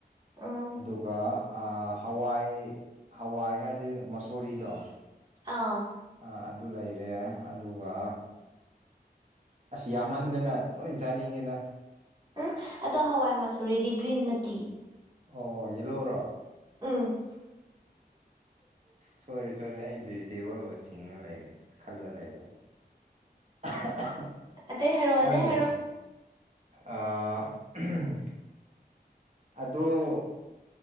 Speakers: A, on the right; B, on the right.
A: ꯎꯝ
B: ꯑꯗꯨꯒ ꯑꯥ ꯍꯋꯥꯏ ꯍꯋꯥꯏ ꯍꯥꯏꯗꯤ ꯃꯁꯣꯔꯤꯗꯣ
A: ꯑꯥ
B: ꯑꯥ ꯑꯗꯨ ꯂꯩꯔꯦ ꯑꯗꯨꯒ ꯑꯁ ꯌꯥꯝꯃꯟꯗꯅ ꯂꯣꯢ ꯆꯥꯅꯤꯡꯉꯤꯗ
A: ꯎꯝ ꯑꯗꯣ ꯍꯋꯥꯢ ꯃꯁꯨꯔꯤꯗꯤ ꯒ꯭ꯔꯤꯟꯅ ꯅꯠꯇꯤꯌꯦ
B: ꯑꯣ ꯌꯦꯜꯂꯣꯔꯣ
A: ꯎꯝ
B: ꯁꯣꯢꯔꯦ ꯁꯣꯢꯔꯦ ꯑꯩ ꯚꯦꯖꯤꯇꯦꯕꯜ ꯑꯃ ꯆꯤꯡꯉ ꯂꯩꯔꯦ ꯈꯜꯂ ꯂꯩꯔꯦ <unintelligible>
A: ꯑꯇꯩ ꯍꯥꯢꯔꯛꯔꯣ
B: ꯅꯪꯗꯤ
A: ꯑꯇꯩ ꯍꯥꯢꯔꯣ
B: ꯑꯥ ꯎꯝ ꯑꯗꯣ